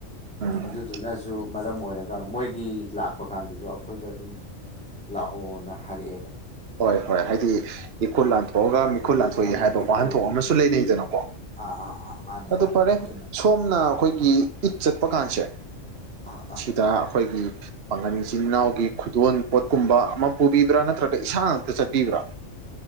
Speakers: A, on the right; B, in the centre.
A: ꯎꯝ
B: ꯑꯗꯨꯗꯨꯅꯁꯨ ꯃꯔꯝ ꯑꯣꯏꯔ ꯒ ꯃꯣꯏꯒꯤ ꯂꯥꯛꯄ ꯀꯥꯟꯗꯁꯨ ꯑꯈꯣꯏꯗ ꯑꯗꯨꯝ ꯂꯥꯛꯑꯣꯅ ꯍꯥꯏꯔꯛꯑꯦꯕ꯫
A: ꯍꯣꯏ ꯍꯣꯏ ꯍꯥꯏꯗꯤ ꯏꯈꯨꯠ ꯂꯥꯟꯊꯣꯛꯑꯒ ꯃꯤꯈꯨꯠ ꯂꯥꯟꯊꯣꯛꯏ
B: ꯑꯃꯤꯠ
A: ꯍꯥꯏꯕ
B: ꯃꯤꯈꯨꯜ
A: ꯋꯥꯍꯟꯊꯣꯛ ꯑꯃꯁꯨ ꯂꯩꯅꯩꯗꯅꯀꯣ꯫
B: ꯑꯥ ꯑꯥ ꯑꯥ꯫ ꯃꯥꯅꯦ
A: ꯑꯗꯣ
B: ꯃꯥꯅꯦ
A: ꯐꯔꯦ
B: ꯑꯗꯨꯃ
A: ꯁꯣꯝꯅ ꯑꯈꯣꯏꯒꯤ ꯏꯠ ꯆꯠꯄ ꯀꯥꯟꯁꯦ
B: ꯑꯥ ꯑꯥ꯫
A: ꯗ ꯑꯈꯣꯏꯒꯤ ꯄꯥꯉꯟ ꯏꯆꯤꯟ ꯏꯅꯥꯎꯒꯤ ꯈꯨꯗꯣꯟ ꯄꯣꯠꯀꯨꯝꯕ ꯑꯃ ꯄꯨꯕꯤꯕ꯭ꯔꯥ ꯅꯠꯇ꯭ꯔꯒ ꯏꯁꯥ ꯉꯥꯛꯇ ꯆꯠꯄꯤꯕ꯭ꯔꯥ꯫